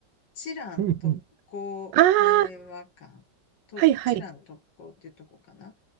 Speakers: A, on the left (about 80°); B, on the right (about 75°).
A: チラン特攻平和館と、
B: うんうんああ、はいはい。
A: チラン特攻っていうとこかな。